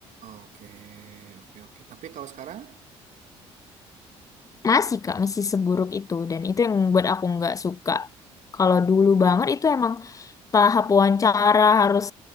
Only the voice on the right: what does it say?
Oke, oke, oke. Tapi kalau sekarang,